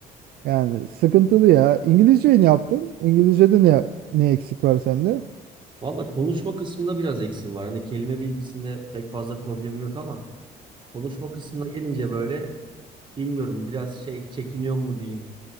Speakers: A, on the right; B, on the right.
A: Yani sıkıntılı ya. İngilizceyi ne yaptın? İngilizce'de ne ne eksik var sende?
B: Valla konuşma kısmında biraz eksiğim var. Hani kelime bilgisinde pek fazla problemim yok ama konuşma kısmına gelince böyle bilmiyorum biraz şey çekiniyor mu diyeyim.